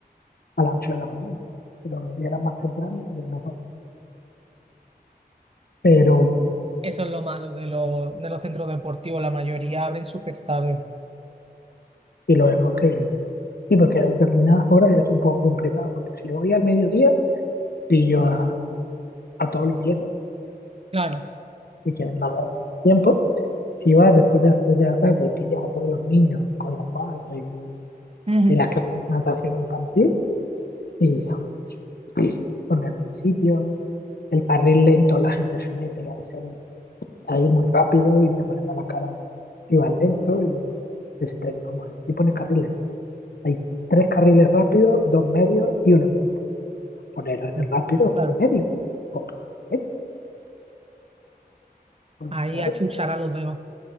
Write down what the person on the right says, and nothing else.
Eso es lo malo de, los de los centros deportivos. La mayoría abren súper tarde.
Claro,
Ujú.
mm,
claro.
Ahí
a chuchar a los demás.